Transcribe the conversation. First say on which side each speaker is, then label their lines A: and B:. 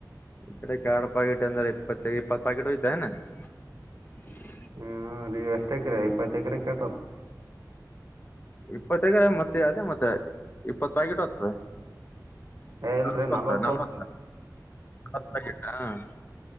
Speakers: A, on the left; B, on the right.
A: ಕಡೆಕ ಯಾಡ ಪ್ಯಾಕೆಟ್ ಅಂದ್ರೆ ಇಪ್ಪತ್ತ ಇಪ್ಪತ್ತು ಪ್ಯಾಕೆಟ್ ಒಯತ್ತಿ ಏನ್ <unintelligible>
B: ನೀವೂ ನೀವ್ ಎಷ್ಟ ಎಕರೆ ಇಪ್ಪತ್ತ ಎಕರೆ ಎಸ್ಟ್ ಹೋತ? <unintelligible>
A: ಇಪ್ಪತ್ತ ಎಕರೆ ಮತ್ತೆ ಅದೇ ಮತ್ತ ಇಪ್ಪತ್ತ ಪ್ಯಾಕೆಟ್ ಹೋಗಾತ್ತದ <unintelligible>
B: ಏ ಇಲ್ರಿ
A: ಅನಸವಾಲತ್ತ
B: ನಲ್ವತ್ತು
A: ನಲವತ್ತ
B: ಹೋಗ್ತಾರೆ
A: ಕತ್ತಲ ಆಗ್ಯತ್ <unintelligible>